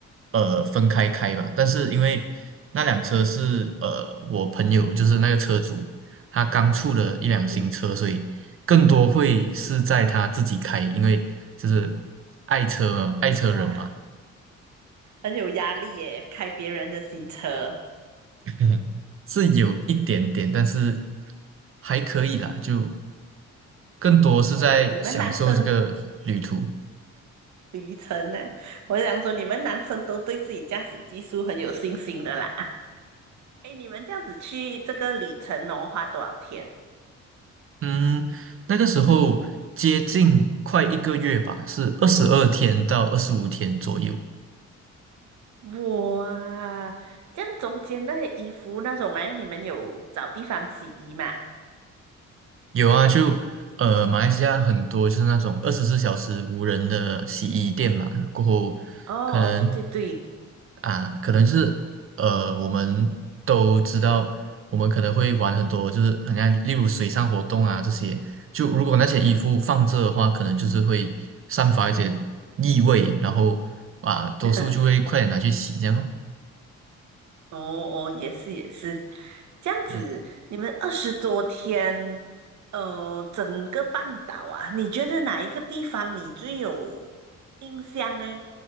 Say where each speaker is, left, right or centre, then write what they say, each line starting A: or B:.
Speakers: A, on the right; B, on the right.
A: 呃分开开吧，但是因为那辆车是呃我朋友就是那个车主，他刚出了一辆新车，
B: 嗯，
A: 所以更多会是在他自己开，因为就是爱车嘛爱车人嘛。
B: 哇，很有压力耶，开别人的新车。
A: <laughs> 是有一点点，但是还可以啦，就更多是在享受这个旅途。
B: 好啦，你们男生旅程呢？我想说，你们男生都对自己驾驶技术很有信心的啦。哎，你们这样子去这个里城农花多少天？
A: 嗯，那个时候接近快一个月吧，是二十二天到二十五天左右。
B: 哇，这样中间那些衣服那种哎，你们有找地方洗衣嘛？
A: 有啊，就呃，马来西亚很多就是那种二十四小时无人的洗衣店嘛，过后
B: 哦哦，
A: 可能
B: 对对对，
A: 啊，可能就是呃，我们都知道，我们可能会玩很多，就是好像例如水上活动啊这些，就如果那些衣服放着的话，可能就是会散发一些异味，然后啊，多数就会快点拿去洗这样咯。
B: <laughs> 哦哦，也是也是，这样子，
A: 嗯
B: 你们二十多天，呃，整个半岛啊，你觉得哪一个地方你最有印象呢？